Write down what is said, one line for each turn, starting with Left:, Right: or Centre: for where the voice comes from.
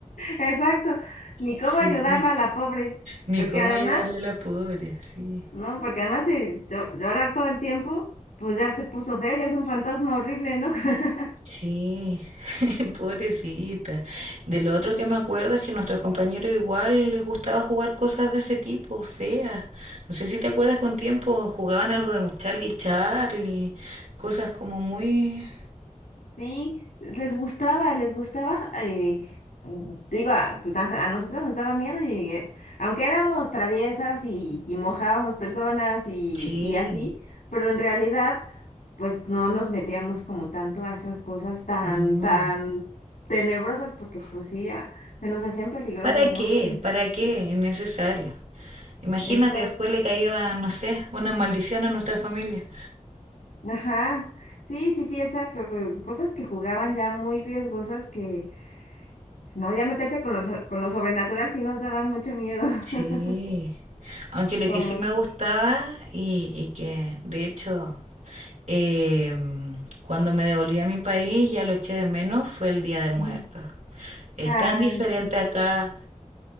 Left: Exacto. Ni cómo
Right: Sí.
Left: ayudarla a la pobre.
Right: Ni
Left: Porque
Right: cómo
Left: además,
Right: ayudarle a la pobre, sí.
Left: No, porque además de llo- llorar todo el tiempo, pues ya se puso fea, ya es un fantasma horrible, ¿no? <laughs>
Right: Sí, <laughs> pobrecita. De lo otro que me acuerdo es que a nuestros compañeros igual les gustaba jugar cosas de ese tipo, feas. No sé si te acuerdas con tiempo, jugaban algo de Charlie Charlie, cosas como muy...
Left: Sí, les gustaba, les gustaba, eh, digo, a, pues a, a nosotros nos daba miedo y eh, aunque éramos traviesas y, y mojábamos personas y,
Right: Sí,
Left: y así, pero en realidad, pues no nos metíamos como tanto a esas cosas tan,
Right: no.
Left: tan tenebrosas, porque pues sí, ya, se nos hacían peligrosas,
Right: ¿Para qué?
Left: ¿no? Que-
Right: ¿Para qué? Innecesario. Imagínate,
Left: Exacto.
Right: después le caía, no sé, una maldición a nuestra familia.
Left: Ajá, sí, sí, sí, exacto. Cosas que jugaban ya muy riesgosas que, no, ya meterse con lo, con lo sobrenatural sí nos daba mucho miedo. <laughs>
Right: Sí, aunque lo
Left: Como
Right: que sí me
Left: dice.
Right: gustaba y, y que de hecho eh, cuando me devolví a mi país ya lo eché de menos fue el Día de Muertos.
Left: Ujú.
Right: Es
Left: Ay,
Right: tan diferente
Left: sí.
Right: acá,